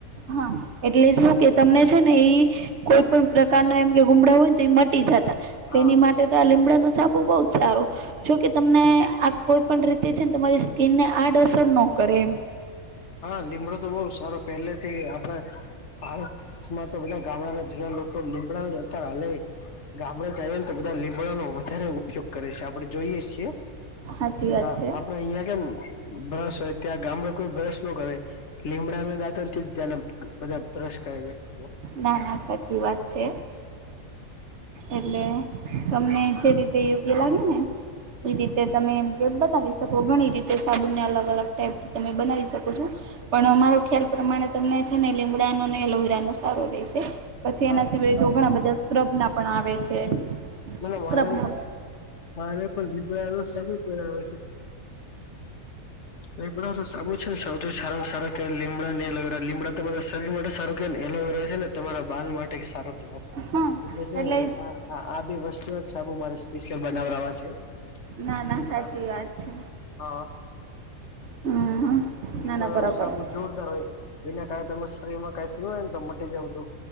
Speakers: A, on the right; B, on the left.
A: હા, એટલે શું કે તમને છે ને એઈ કોઈ પણ પ્રકાર ગુમડા હોય ને તો એ મટી જતા,
B: હા.
A: તેની માટે તો આ લીમડા નો સાબુ બહુ જ સારો. જોકે તમને આ કોઈ પણ રીતે છે ને તમારી સ્કીનને આડઅસર ન કરે એમ.
B: હા લીમડો તો બહુ સારો પહેલે થી આપણે પા માં તો બધા ગામડાના જૂના લોકો લીમડા અત્યારે હાલે ઈ. ગામડે જઈએ તો બધા લીમડાનો વધારે ઉપયોગ કરે છે, આપડે જોઈએ છીએ.
A: સાચી
B: કે,
A: વાત
B: બા
A: છે.
B: આપડે અહિયાં કેમ બ્રશ હોય, ત્યાં ગામડે કોઈ બ્રશ ન કરે. લીમડા ના દાંતન થી જ ત્યાં ના, બધા બ્રશ કરે. વ્યક્તિઓ
A: ના.. ના.. સાચી વાત છે. એટલે, તમને જે રીતે યોગ્ય લાગે ને. આવી રીતે તમે એમ કે બનાવી શકો, ઘણી રીતે સાબુને અલગ અલગ ટાઈપથી તમે બનાવી શકો છો. પણ અમારો ખ્યાલ પ્રમાણે તમને છે ને, લીમડાનો ને એલોવેરા નો સારો રહેેશે. પછી
B: હા
A: એના સિવાય તો ઘણા બધા સ્ક્રબ ના પણ આવે છે.
B: મ
A: સ્ક્રબના
B: મારે મારે પણ લીબડું સારી જ, બરાબર છે. <unintelligible> લીમડા નો સાબું છે ને, સૌથી સારા-સારા લીમડા અને એલોવેરા, લીમડા. તમારા શરીર માટે સારું કે ને, એલોવેરા છે ને, તમારા બાલ માટે સારું. એટલે છે
A: હા
B: ને
A: એટલે
B: આ.. આ બી વસ્તુ જ સાબુ મારે સ્પેશિયલ બનાવડાવા છે. ીન
A: ના ના
B: પડા
A: સાચી
B: <unintelligible>
A: વાત છે.
B: હા,
A: હમ
B: લીમડાનો
A: ના ના બરોબર
B: સાબુ,
A: છે
B: જોરદાર હોય. એના કારણે તમે શરીર માં કઈ થયું હોય ને, તો મટી જાય બધું